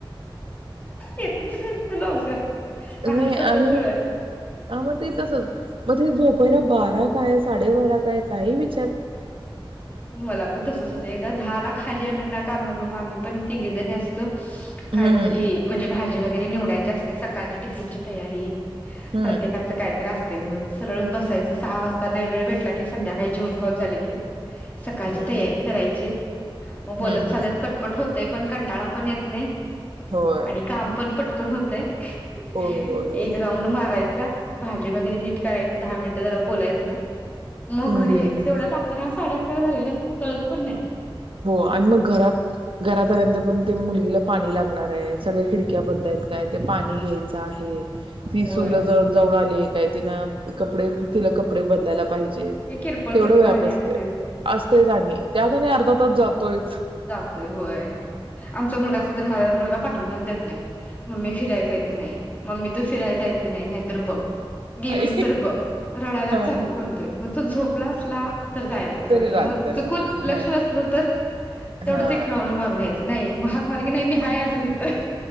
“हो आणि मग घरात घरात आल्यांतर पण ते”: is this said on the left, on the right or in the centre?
Right